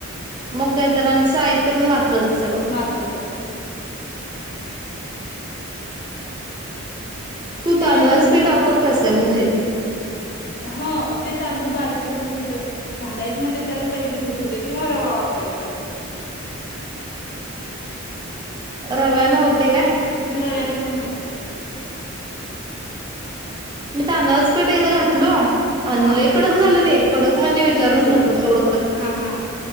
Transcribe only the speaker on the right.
मग काय तर साहित्य पण <unintelligible> सगळं <unintelligible>
तू
तांदळाच
पीठ वापरतेस काय भजीत
रवा <unintelligible> का
मी तांदळाच पीठ <unintelligible> घात लोन आं
लई कडक झालं ते कडक म्हणजे विचारूच
नकोस एवढं कडक